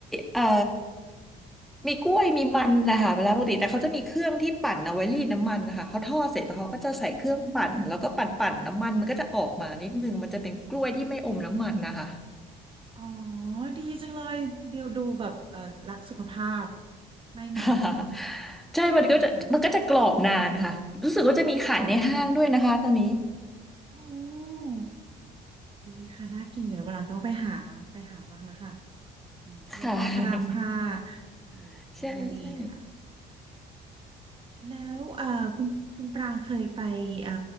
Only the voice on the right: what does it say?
อืมอ๋อดีจังเลยดูดูแบบเอ่อรักสุขภาพไม่มัน
ดีค่ะอ๋อโอ้ดีค่ะน่ากินเดี๋ยววันหลังต้องไปหาไปหาบ้างละค่ะอืมกล้วยทอดพระรามห้า
โอ้
ดีค่ะแล้วเอ่อคุณคุณปรางเคยไปเอ่อ